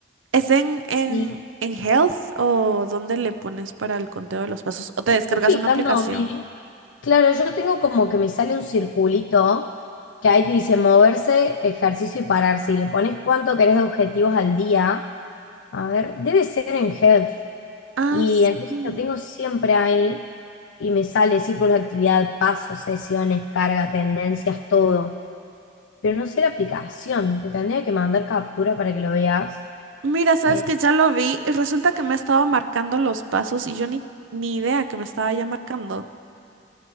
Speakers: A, on the right; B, on the left.
A: ¿es en, en,
B: Sí,
A: en Health o dónde le pones para el conteo de los pasos? ¿O te
B: Estoy
A: descargas
B: fijándome.
A: una aplicación?
B: Claro, yo tengo como que me sale un circulito que ahí te dice moverse, ejercicio y pararse. Y le pones cuánto querés de objetivos al día. A ver, debe ser en health.
A: Ah,
B: Y
A: sí.
B: entonces lo tengo siempre ahí y me sale círculo de actividad, pasos, sesiones, carga, tendencias, todo. Pero no sé la aplicación. Te tendría que mandar captura para que lo veas.
A: Mira, sabes
B: Eh,
A: que ya lo vi y resulta que me ha estado marcando los pasos y yo ni, ni idea que me estaba ya marcando.